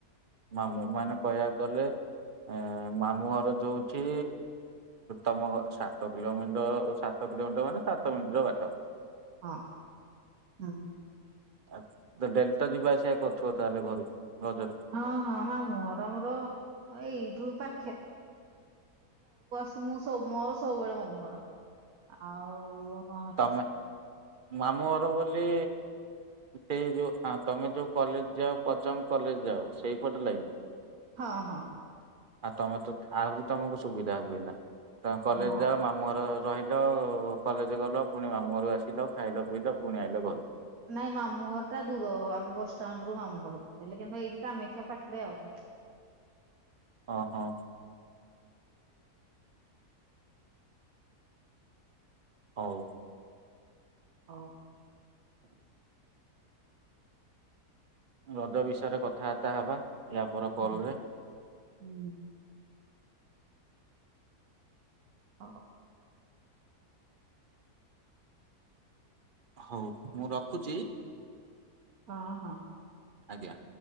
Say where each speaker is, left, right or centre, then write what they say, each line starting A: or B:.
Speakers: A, on the right; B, on the right.
A: ମାମୁଁ ମାନେ କହିବାକୁ ଗଲେ ଏଁ ମାମୁ ଘର ଯୋଉଠି ତମ ଘ ସାତ କିଲୋମିଟର ସାତ <unintelligible> ଟ ମାନେ ସାତ ମିନିଟର ବାଟ।
B: ହଁ ହୁଁ।
A: ଆ ତ ଡେଲଟା ଯିବା ଆସିବା କରୁଥିବ ତାହେଲେ ଘରକୁ? ରଜରେ
B: ହଁ ହଁ। ମାମୁ ଘର ଆମର ର ସବୁବେଳେ ମାମୁ ଘର ଆଉ ନହେଲେ
A: ତମେ ମାମୁଁ ଘର ବୋଲି ସେଇ ଯୋଉ ହ ତମେ ଯୋଉ କଲେଜ ଯାଓ ପର୍ଯ୍ୟ କଲେଜ ଯାଅ ସେଇପଟେ ଲାଇନି।
B: ହଁ ହଁ ହଁ।
A: ଆଉ ତମେ ତ ଆହୁରି ତମକୁ ସୁବିଧା ହୁଏ ନା ତମେ କଲେଜ
B: ହଁ।
A: ଯାଅ ମାମୁଁ ଘର ରହିଲ କଲେଜ ଗଲ ପୁଣି ମାମୁଁ ଘରୁ ଆସିଲ ଖାଇଲ ପିଇଲ ପୁଣି ଆଇିଲ ଘରୁ।
B: ନାଇଁ ମାମୁଁ ଘର ଟା ଦୂର ଆମ ବସଷ୍ଟାଣ୍ଡରୁୁ ମାମୁଁ ଘରକୁ ହେଲେ କିନ୍ତୁ ଏଇଠି କାମାକ୍ଷା ପାଖରେ ଆଉ।
A: ଓ ହୋ। ହଉ।
B: ହଁ।
A: ରଜ ବିଷୟରେ କଥାବାର୍ତ୍ତା ହବା ୟା ପର
B: ହୁଁ
A: କଲ ରେ।
B: ହୁଁ ହଁ।
A: ହଉ ମୁଁ ରଖୁଛି।
B: ହଁ ହଁ।
A: ଆଜ୍ଞା।